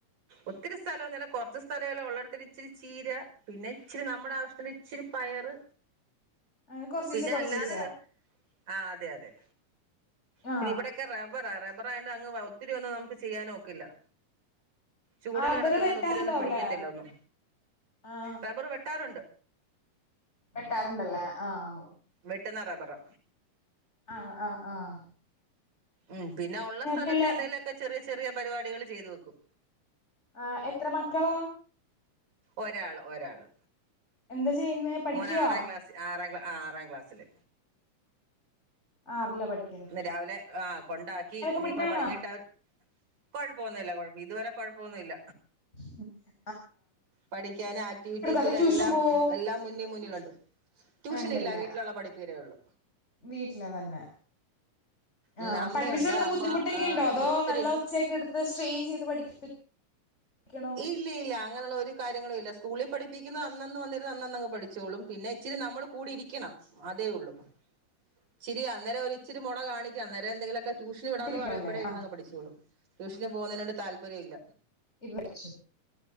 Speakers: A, on the right; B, on the left.
A: ഒത്തിരി സ്ഥലവാെന്നുല്ല കാെർച്ച് സ്ഥലേള്ളു ഒള്ളേടെത്തെന്നെ ഇച്ചിരി ചീര പിന്നെ ഇച്ചിരി നമ്മ്ടെ ആവ്ശ്ത്ത്ന് ഇച്ചിരി പയറ്
B: അങ്ങനെ കൊറച്ചീച്ചെ
A: പിന്നെ
B: കൊറച്ചീച്ചെ
A: അല്ലാത് ആഹ് അതെ അതേ
B: ആ
A: പിന്നെ ഇവിടൊക്കെ റബ്ബറാ റബ്ബറായോണ്ട് അങ്ങ് ഒത്തിരി ഒന്നും നമ്ക്ക് ചെയ്യാൻ ഒക്കില്ലാ ചൂടിൽ
B: റബ്ബറ്
A: കിടക്കുന്ന
B: വെട്ടാറുണ്ടോ
A: കൊണ്ട് ഒത്തിരി ഒന്നും പിടിക്കത്തില്ല
B: അവിടെ
A: ഒന്നു
B: ആ
A: റബ്ബർ വെട്ടാറുണ്ട്
B: വെട്ടാറുണ്ടല്ലേ ആഹ
A: വെട്ടുന്ന റബ്ബറാ
B: ആഹ് ആഹ് ആഹ്.
A: ഉം പിന്നെ ഉള്ള സ്ഥലത്ത്
B: പിള്ളേ
A: എന്തെലൊക്കെ ചെറിയ ചെറിയ പരിപാടികള് ചെയ്തു വെക്കും.
B: ആ എത്ര മക്കളാ?
A: ഒരാള് ഒരാള്.
B: എന്താ ചെയ്യുന്നേ പഠിക്കുവാ?
A: മോന് ആറാം ക്ലാസ് ആറാം കാ ആറാം ക്ലാസ്സില്.
B: ആറില പഠി
A: ഇന്ന് രാവിലെ ആഹ് കൊണ്ടാക്കി ഇനിയിപ്പം
B: മിടുക്കാണോ
A: വൈകീട്ട് അവൻ കൊഴപ്പോന്നൂല്ല കൊഴപ്പം ഇതുവരെ കൊഴപ്പൊന്നൂല്ല.
B: ഉം
A: പഠിക്കാന് ആക്ടിവിറ്റീസിലെല്ലാം
B: അതോ ട്യൂഷൻ പോവോ
A: എല്ലാം മുന്നി മുന്നിലുണ്ട്. ട്യൂഷനില്ല
B: ഉണ്ടല്ലേ
A: വീട്ടിലുള്ള പഠിപ്പ് തന്നേ ഒള്ളൂ.
B: വീട്ടില് വന്ന്. ആഹ്
A: ഉം അമ്മയുണ്ട്
B: പഠിപ്പിച്ച് കൊടുക്കാൻ
A: അമ്മ
B: ബുദ്ധിമുട്ടൊക്കെണ്ടോ
A: ആ
B: അതോ
A: ഒത്തിരി
B: നല്ല ഒച്ചയൊക്കെ എട് ത്ത് സ്ട്രെയിൻ ചെയ്ത് പഠിപ്പിക്കണോ?
A: ഇല്ല ഇല്ല അങ്ങനൊള്ള ഒരു കാര്യങ്ങളും ഇല്ല. സ്കൂളിൽ പഠിപ്പിക്കുന്നു അന്നന്ന് വന്നിര്ന്ന് അന്നന്നങ് പഠിച്ചോളും. പിന്നെ ഇച്ചിരി നമ്മള് കൂടി ഇരിക്കണം. അതേ ഒള്ളൂ. ഇച്ചിരി അന്നേരവരിച്ചിരി മൊണ കാണിക്കും. അന്നേരം എന്തേലൊക്കെ ട്യൂഷന് വിടാന്ന്
B: കുട്ടിരിക്കണല്ലേ
A: പറയുമ്പഴേ ഇര്ന്നങ്ങ്
B: ആഹ്
A: പഠിച്ചോള്ളും. ട്യൂഷന് പോകുന്നതിനോട്‌ താല്പര്യല്ല.
B: ക്കി പഠിച്ചോളും.